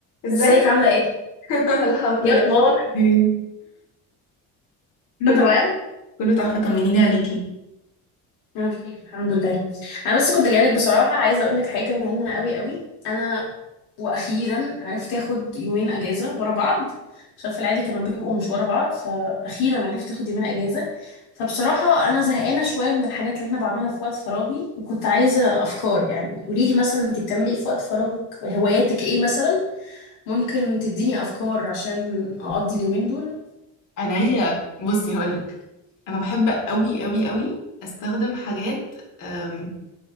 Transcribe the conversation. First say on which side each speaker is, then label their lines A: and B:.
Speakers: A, on the left; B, on the left.
A: ازيك
B: ازيك عاملة ايه؟
A: <laughs> الحمد
B: ايه
A: لله
B: اخبارك؟
A: إيه.
B: كله
A: كله
B: تمام؟
A: كله تحفة طمنيني عليكي
B: انا بخير الحمد لله انا بس كنت جايلك بصراحة عايزة اقولك حاجة مهمة قوي قوي انا واخيرا عرفت اخد يومين اجازة ورا بعض عشان في العادي كانوا بيبقوا مش ورا بعض فاخيرا عرفت اخد يومين اجازة فبصراحة انا زهقانة شوية من الحاجات اللي انا بعملها في وقت فراغي وكنت عايزة افكار يعني قوليلي مثلا انت بتعملي ايه في وقت فراغك هواياتك ايه مثلا ممكن تديني افكار عشان اقضي اليومين دول
A: انا هي بصي هقولك انا بحب قوي قوي قوي استخدم حاجات أم،